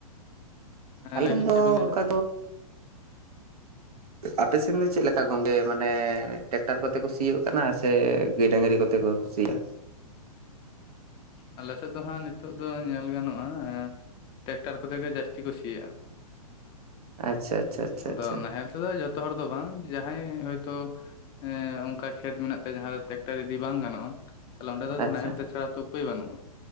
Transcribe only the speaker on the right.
ᱟᱞᱮ
ᱥᱮᱱ
ᱫᱚ
ᱚᱱᱠᱟ ᱟᱯᱮᱥᱮᱱ ᱫᱚ ᱪᱮᱫ ᱞᱮᱠᱟ ᱜᱚᱝᱠᱮ ᱢᱟᱱᱮ ᱴᱮᱠᱴᱟᱨ ᱠᱚᱛᱮ ᱠᱚ ᱥᱤᱭᱚᱜ ᱠᱟᱱᱟ ᱥᱮ ᱜᱟᱹᱭ ᱰᱟᱹᱝᱨᱤ ᱠᱚᱛᱮ? ᱛᱮᱠᱚ ᱥᱤᱭᱟ
ᱟᱪᱪᱷᱟ ᱟᱪᱪᱷᱟ
ᱟᱪᱪᱷᱟ
ᱟᱪᱪᱷᱟ